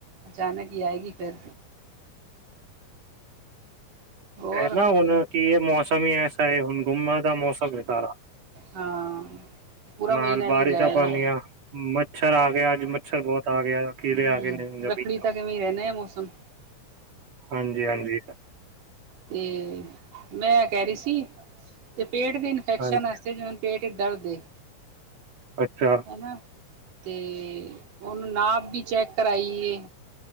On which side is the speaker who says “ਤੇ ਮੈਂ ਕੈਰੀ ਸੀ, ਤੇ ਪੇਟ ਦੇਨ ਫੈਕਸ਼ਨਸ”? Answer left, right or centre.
Right